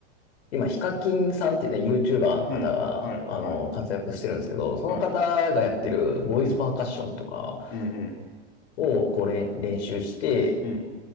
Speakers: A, on the left; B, on the left.
A: 今、ヒカキンさんっていうね、YouTuber の方が、
B: うん。はい、
A: あの、
B: はい、
A: 活躍してるんですけど、その方がやってるボイスパーカッションとか
B: はい。うん、うん、うん、うん、
A: をこうれん練習して、
B: うん。